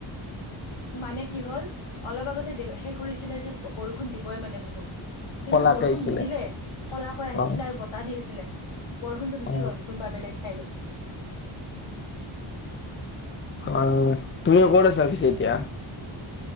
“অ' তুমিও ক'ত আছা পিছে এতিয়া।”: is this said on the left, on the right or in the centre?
Left